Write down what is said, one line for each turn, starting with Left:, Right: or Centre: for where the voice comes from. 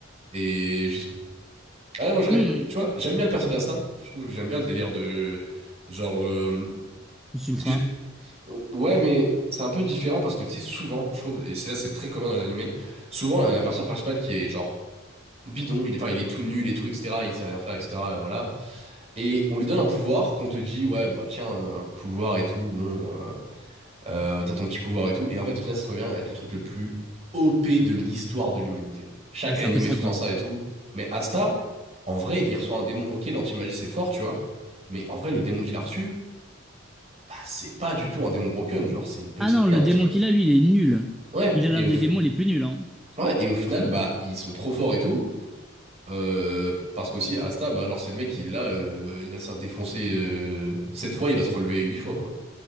Right: et juste ah ouais moi je,
Centre: Hmm.
Right: tu vois j'aime bien le perso d'Asta, je trouve j'aime bien le délire de genre euh,
Centre: Plus
Right: parce
Centre: ultra,
Right: que Ouais, mais c'est un peu différent parce que tu sais, souvent, je trouve, et c'est là, c'est très commun dans les animés, souvent, il y a un personnage principal qui est genre bidon, il est, enfin, il est tout nul et tout, etc., il sait rien faire, etc., euh, voilà. Et on lui donne un pouvoir qu'on te dit, ouais, bah tiens, euh, pouvoir et tout, bon, euh, euh, t'as ton petit pouvoir et tout, et en fait, au final, ça revient à être le truc le plus OP de l'histoire de l'humanité. Chaque
Centre: bah c'est
Right: animé
Centre: un peu ça
Right: sous-tend
Centre: quoi.
Right: ça et tout, mais Asta, en vrai, il reçoit un démon, ok, l'anti-magie, c'est fort, tu vois, mais en vrai, le démon qu'il a reçu, bah, c'est pas du tout un démon broken, genre, c'est une petite
Centre: Ah non,
Right: merde,
Centre: le démon
Right: tu vois
Centre: qu'il a, lui, il est nul.
Right: Ouais,
Centre: Il a
Right: et
Centre: l'un
Right: au,
Centre: des démons les plus nuls, hein.
Right: ouais, et au final, bah, ils sont trop forts et tout. Euh, parce qu'aussi, Asta, bah, genre, c'est le mec, il est là, euh, il va se faire défoncer euh, 7 fois, il va se relever 8 fois, quoi.